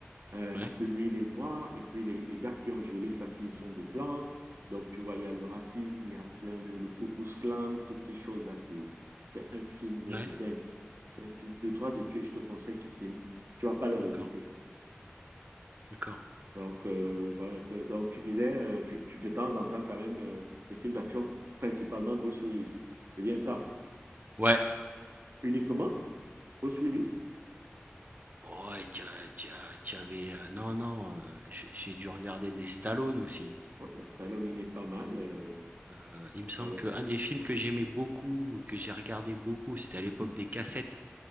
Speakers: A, on the right; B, on the right.
A: euh,
B: ouais,
A: parce que lui, il est noir, et puis les, les gars qui ont violé sa fille sont des blancs. Donc, tu vois, il y a le racisme, il y a plein de, le Ku Klux Klan, toutes ces choses-là. C'est, c'est un film
B: ouais.
A: de dingue. C'est un film de droit de Dieu, je te conseille ce film. Tu vas pas le regretter.
B: D'accord, d'accord.
A: Donc, euh, voilà un peu. Donc, tu disais, euh, tu, tu- de temps en temps, quand même, euh, les films d'action, principalement Bruce Willis. C'est bien ça.
B: Ouais,
A: Uniquement Bruce Willis.
B: ouais, tu as tu as tu avais, heu, non, non, heu, j'ai j'ai dû regarder des Stallone aussi.
A: Ouais, et Stallone, il n'est pas mal. euh,
B: Heu, il me semble
A: c'est vrai.
B: qu'un des films que j'aimais beaucoup, que j'ai regardé beaucoup, c'était à l'époque des cassettes.